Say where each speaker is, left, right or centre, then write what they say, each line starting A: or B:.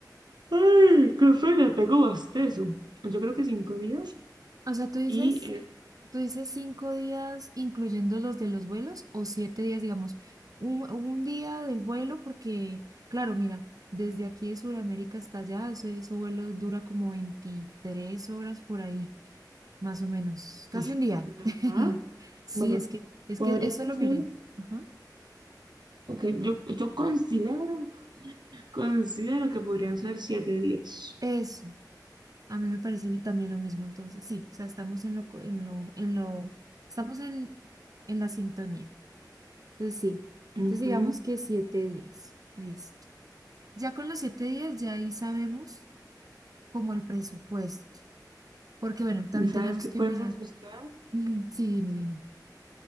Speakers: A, on the right; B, on the right.
A: ¡Ay, qué feo! Tengo bostezo. Yo creo que cinco días
B: O sea, tú dices,
A: y es,
B: tú dices cinco días, incluyendo los de los vuelos, o siete días, digamos, un, un día del vuelo, porque, claro, mira, desde aquí de Sudamérica hasta allá, ese, ese vuelo dura como 23 horas por ahí. más o menos, casi
A: uf,
B: un día.
A: de verdad,
B: <laughs> Sí,
A: bueno,
B: es que, es
A: podrían
B: que eso lo
A: ser,
B: miré. Ajá.
A: ok, yo, yo considero Considero que podrían ser siete días.
B: Eso, a mí me parece el- también lo mismo, entonces, sí, o sea, estamos en lo, co- en lo, en lo, estamos en, en la sintonía. Entonces, sí, entonces
A: Ujú.
B: digamos que siete días, listo. Ya con los siete días, ya ahí sabemos como el presupuesto, porque bueno, también
A: ¿Sabes
B: tenemos
A: qué podemos
B: que mirar.
A: buscar?
B: <laughs> Ujú, Sí, dime, dime.